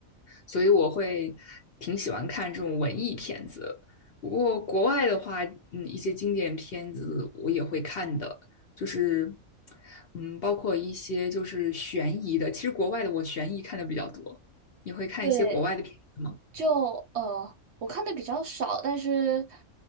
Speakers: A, on the left; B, on the right.
A: 所以我会挺喜欢看这种文艺片子。不过国外的话，嗯，一些经典片子我也会看的，就是，嗯，包括一些就是悬疑的。其实国外的我悬疑看的比较多，你会看一些国外的片子吗？
B: 对，就呃，我看的比较少，但是